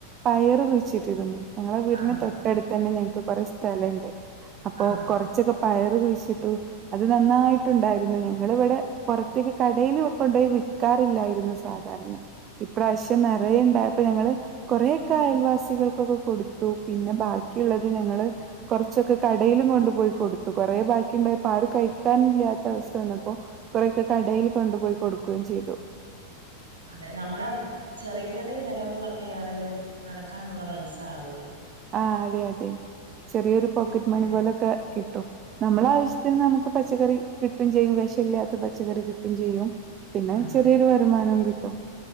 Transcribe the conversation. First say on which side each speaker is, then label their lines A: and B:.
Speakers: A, on the right; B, on the right.
A: പയറ് കുഴിച്ചിട്ടിരുന്നു ഞങ്ങളെ വീടിൻ
B: ആഹ്
A: തൊട്ടടുത്ത് തന്നെ ഞങ്ങക്ക് കൊറെ സ്ഥലണ്ട്. അപ്പൊ
B: ആഹ്
A: കൊറച്ചൊക്കെ പയർ കുഴിച്ചിട്ടു അത് നന്നായിട്ടുണ്ടായിരുന്നു ഞങ്ങളിവിടെ പുറത്തേക്ക് കടയിൽ കൊണ്ടോയി വി ക്കാറില്ലായിരുന്നു സാധാരണ ഇപ്രാവശ്യം നെറയെ ണ്ടായപ്പൊ ഞങ്ങൾ കൊറൊക്കെ അയൽവാസികൾക്കൊക്കെ കൊടുത്തു. പിന്നെ ബാക്കിയുള്ളത് ഞങ്ങള് കുറച്ചൊക്കെ കടയിലും കൊണ്ടു പോയി കൊടുത്തു കൊറേ ബാക്കിണ്ടായപ്പൊ ആരും കഴിക്കൻ ഇല്ലാത്ത അവസ്ഥ വന്നപ്പൊ കൊറേക്കെ കടയിൽ കൊണ്ടുപോയി കൊടുക്കുകയും ചെയ്തു
B: അതെ നമ്മളെ ചെറിയ ചെറിയ ചെലവുകളൊക്കൊയാണെലും നടക്കാനുള്ള പൈസ ആവുല്ലോ
A: ആഹ് അതെ അതെ ചെറിയൊരു പോക്കറ്റ്
B: നോക്കിയാലേ
A: മണി പോലൊക്കെ കിട്ടും നമ്മള ആവശ്യത്തിന് നമുക്ക് പച്ചക്കറി കിട്ടും ചെയ്യും. വെശല്ലാത്ത പച്ചക്കറി കിട്ടും ചെയ്യും പിന്നെ
B: അതെ
A: ചെറിയൊരു വരുമാനം കിട്ടും